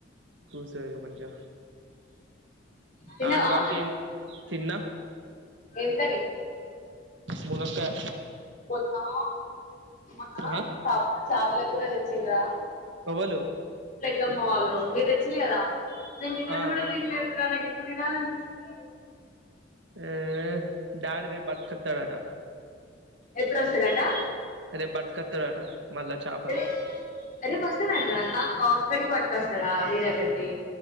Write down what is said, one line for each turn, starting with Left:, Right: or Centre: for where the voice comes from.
Right: కూసో ఇగ మంచిగా
Left: తిన్నావా
Right: ఆడు వరకేం తిన్నా
Left: ఏం కర్రీ
Right: ములకాయ
Left: మొన్నా మొన్న
Right: ఆ
Left: చాప్ చాపల కూర తెచ్చిండ్రా
Right: ఎవలు
Left: పెద్దమ్మ వాళ్లు, మీరు తెచ్చిల్లు కదా నేను తినన్
Right: ఆ
Left: కూడ తిన్లే త్ర నాకు ఇప్పుడు తినాలనిపిస్తుంది
Right: ఏ డాడీ రేప్ పట్టుకొతడట
Left: ఎప్పుడోస్తడంట
Right: రేప్ బట్టుకొతడట మళ్ళ చాపలు
Left: రే రేపు వస్తాడంటనా ఆ అక్కడికి పట్టుకొస్తాడా నీ దగ్గరికి?